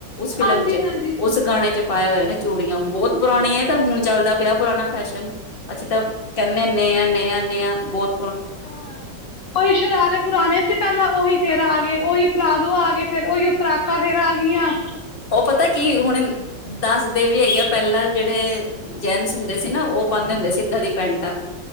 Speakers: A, on the left (about 35°); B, on the left (about 65°).
A: ਉਸ ਫਿਲਮ
B: ਹਾਂਜੀ
A: ਚ
B: ਹਾਂਜੀ
A: ਉਸ ਗਾਣੇ ਚ ਪਾਇਆ ਹੋਇਆ ਨਾ ਚੂੜੀਆਂ ਬਹੁਤ ਪੁਰਾਣੀ ਹੈ
B: ਹਾਂਜੀ
A: ਤਾਂ ਹੁਣ ਚਾੱਲਦਾ ਪਿਆ ਪੁਰਾਣਾ ਫੈਸ਼ਨ ਅੱਛਾ ਤਾਂ ਕਹਿੰਦੇ ਨੇ ਆ ਨਿਆ-ਨਿਆ-ਨਿਆ ਬੋਹਤ
B: ਹੂੰ ਹੂੰ, ਕੋਈ ਸ਼ਰਾਰੇ ਪੁਰਾਣੇ ਸੀ ਪਹਿਲ ਲਾ ਉਹੀ ਫਿਰ ਆ ਗਏ, ਉਹੀ ਪਲਾਜ਼ੋ ਆ ਗਏ ਫਿਰ, ਉਹੀ ਫਰਾਕਾਂ ਫਿਰ ਆ ਗਿਆ।
A: ਉਹ ਪਤਾ ਕੀ ਹੁਣ, ਦਾੱਸ ਦੇ ਵੀ ਹੈਗੇ ਆ ਪਹਿਲਾਂ ਜਿਹੜੇ ਜੈਨਟਸ ਹੁੰਦੇ ਸੀ ਨਾ, ਉਹ ਪਾਉਂਦੇ ਹੁੰਦੇ ਸੀ ਇਦਾਂ ਦੀਆ ਪੈਂਟਾਂ।